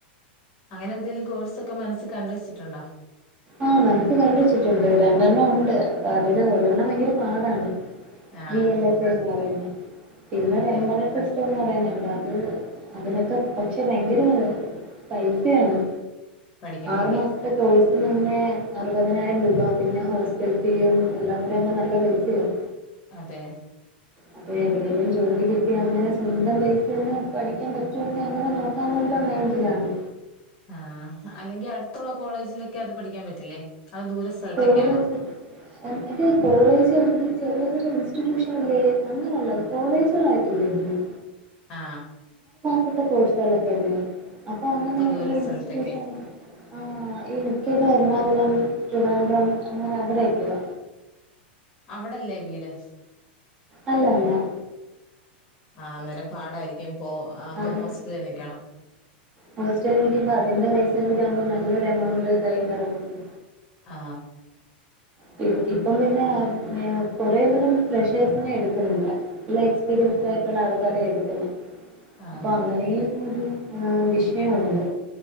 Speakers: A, on the left; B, on the right.
A: അങ്ങനെ എന്തേങ്കിലും കോഴ്സ് ഒക്കെ മനസ്സി കണ്ട് വെച്ചിട്ടുണ്ടോ?
B: ആ മനസ് കണ്ട് വെച്ചിട്ടുണ്ട് രണ്ടെണ്ണം ഉണ്ട് അപ്പൊ അതില് ഒരെണ്ണം ഭയങ്കര പാടാണ്.
A: ആഹ്
B: വി എല്ല് യസ്സെന്ന് പറയുന്ന പിന്നെ ഒരു
A: അതെ
B: എംബരസസ് എന്ന് പറയുന്നതുണ്ട്. അത് അതിനൊക്കെ പക്ഷെ ഭയങ്കര പൈസയാണ്.
A: പഠിക്കണെങ്കി
B: ആറു മാസത്തെ കോഴ്സ്‌. തിന് മുന്നേ അറുപതിനായിരം രൂപ പിന്നെ ഹോസ്റ്റൽ ഫീ എല്ലാം കൂടി ആവുമ്പോൾ നല്ല പൈസയാണ്.
A: അതെ.
B: അപ്പൊ എവിടെങ്കിലും ജോലി കിട്ടി അങ്ങനെ സ്വന്തം പൈസ നെ പഠിക്കാൻ പറ്റുങ്കിൽ അങ്ങനെ നോക്കാന്നുള്ള മൈൻഡിലാണ്.
A: ആ അല്ലെങ്കിൽ അടുത്തുള്ള കോളേജിലൊക്കെ അത് പഠിക്കാൻ പറ്റില്ലേ? അത് ദൂര സ്ഥലത്തൊക്കെയാണോ
B: കോളേജ് അത് കോളേജ് ഈ ചെറിയ ചെറി ഇൻസ്റ്റിറ്റ്യൂഷൻ ഇല്ലേ അങ്ങനെയുള്ളത് കോളേജൊന്നായിട്ടല്ല ഇതൊന്നും.
A: ആ
B: നത്തെ കോഴ്സുകളൊക്കെ അല്ലെ? അപ്പൊ അങ്ങനെ
A: ദൂര
B: ഈ ഇൻസ്റ്റിറ്റ്യൂഷൻ
A: സ്ഥലത്തൊക്കെ
B: ആ ഈ മിക്ക ബാ എർണാംകുളം ട്രിവാൻഡ്രം അങ്ങനെ അവിടെയൊക്കെയാ.
A: അവിടല്ലേ വീട്?
B: അല്ലല്ല.
A: ആ അന്നേരം പാടായിരിക്കും പോ അപ്പൊ
B: അത്
A: ഹോസ്റ്റലിൽ നിക്കണം.
B: ഹോസ്റ്റലിൽ നിൽക്കുമ്പോ അതിന്റെ പൈസയും കൂടി ആവുമ്പോ നല്ലൊരു എമൗണ്ട് കയ്ന്ന് ഇറങ്ങൂലെ.
A: ആ
B: പിൻ ഇപ്പം പിന്നെ കൊറെ എങ്കിലും ഫ്രഷേഴ്സിനെ എടുക്കുന്നില്ല. നല്ല എക്സ്പീരിയൻസഡ് ആയിട്ടുള്ള ആൾക്കാരെ എടുക്കുന്നെ.
A: ആഹ്
B: അപ്പൊ അങ്ങനേ ന്നാരും ആ വിഷയാണത്.